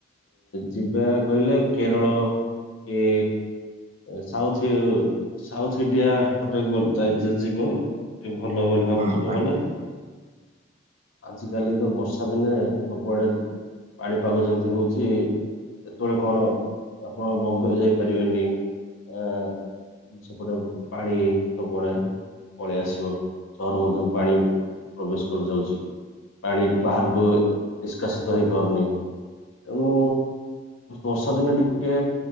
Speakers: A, on the left; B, on the right.
A: ଯିବା କହିଲେ କେରଳ ଏ ସାଉଥି ସାଉଥୀ ଇଣ୍ଡିଆ ପଟେ ବ ଯାଇ ଯିବ। ଟିକେ ଭଲ ବୋଲି ଭାବୁଛୁ
B: ହୁଁ
A: ନହଲେ?
B: ଆଜ୍ଞା ଆଜ୍ଞା
A: ଆଜି କାଲି ତ ବର୍ଷା ଦିନେ ସବୁଆଡେ ପାଣିପାଗ ଯେମିତି ହଉଛି ସେତେବେଳେ କଣ ଆପଣ ବମ୍ବେ ଯାଇପାରିବେନି। ଆ ସେପଟେ ପାଣି ସବୁଆଡେ। ପଳେଇ ଆସିବ ସହର ମଧ୍ୟରୁ ପାଣି ପ୍ରବେଶ କରିଯାଉଛି। ପାଣି ବାହାରକୁ ନିଷ୍କାସିତ ହେଇପାରୁନି। ତେଣୁ ବର୍ଷା ଦିନେ ଟିକେ